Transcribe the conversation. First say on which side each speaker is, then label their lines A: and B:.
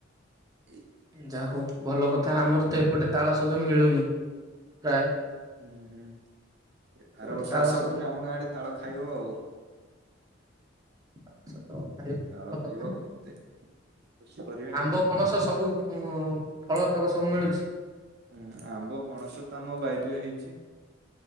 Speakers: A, on the right; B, on the right.
A: ଏଇ
B: ଯା ହଉ ଭଲ କଥା ଆମର ତ ଏପଟେ ତାଳସଜ ମିଳୁନି। ପ୍ରାୟ
A: ହୁଁ ହୁଁ ଏ
B: ସେପଟେ
A: ଆର ବର୍ଷ
B: ତାଳସଜ
A: ଆସ କେବେ ଆମ ଗାଁ ଆଡେ ତାଳ ଖାଇବ ଆଉ।
B: ଆଛ ତ। ଖାଇବା
A: ତାଳ
B: ଭଲ
A: ଖାଇବ
B: କଥା
A: କେତେ ଖୁସି କରି
B: ଆମ୍ବ ପଣସ ସବୁ ପୁ ଫଳ ତକ ସବୁ ମିଳୁଛି?
A: ହୁଁ ଆମ୍ବ ପଣସ ତାମ ବାଇରେ ହେଇଛି।